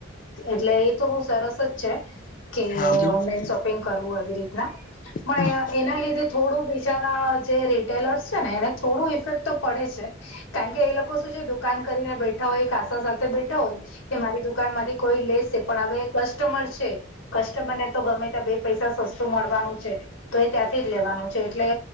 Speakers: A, on the left; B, on the left.
A: એટલે એ તો બહુ સરસ જ છે. કે
B: હા બિલકુલ
A: ઓનલાઈન શોપિંગ કરવું આવી રીતના પણ
B: હા
A: એના લીધે થોડુંક વિચાર હા જે રિટેલર્સ છે ને એને થોડું ઇફેક્ટ તો પડે છે. કારણ કે એ લોકો શું છે દુકાન કરીને બેઠા હોય <unintelligible> સાથે બેઠા હોય. કે મારી દુકાનમાંથી કોઈ લેશે, પણ હમે કસ્ટમર છે. કસ્ટમર ને તો ગમે ત્યાં બે પૈસા સસ્તું મળવાનું છે, તો એ ત્યાંથી જ લેવાનો છે. એટલે